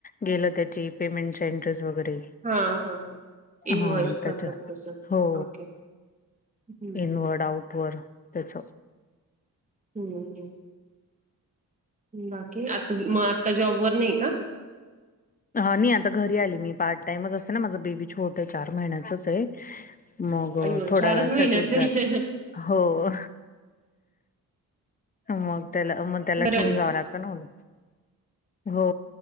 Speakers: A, on the left; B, on the right.
A: गेलं त्याची पेमेंटच्या एंट्रीज वगैरे
B: हां, हां, हां.
A: हा
B: इन्व्हॉइस करतात
A: त्याच्याच
B: तसं.
A: हो.
B: ओके. हं.
A: इनवरड, आउटवरर् त्याच
B: हुं. हू. बाकी, आता मग आता जॉब वर नाही का?
A: हा नाही, आता घरी आली मी पार्ट टाइमच असते ना, माझा बेबी छोट आहे चार महिन्याचच आहे. मग अ,
B: अय्यो!
A: थोड्या
B: चारच
A: वेळासाठीच
B: महिन्याच ये
A: जात
B: <inaudible>
A: हो. मग त्याला त्याला
B: बरं
A: ठेवून
B: मी.
A: जावं लागतं ना मला. हो,